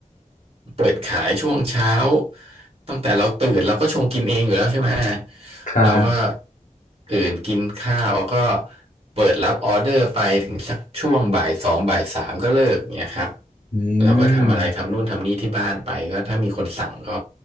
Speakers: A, on the right; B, on the left.
A: เปิดขายช่วงเช้าตั้งแต่เราตื่นเราก็ชงกินเองอยู่แล้วใช่ไหม
B: ครับ
A: เราก็ตื่นกินข้าวแล้วก็เปิดรับออเดอร์ไปถึงสักช่วงบ่ายสองบ่ายสามก็เลิกเนี่ยครับ
B: อืม
A: เราก็ทำอะไรทำนู่นทำนี่ที่บ้านไปก็ถ้ามีคนสั่งก็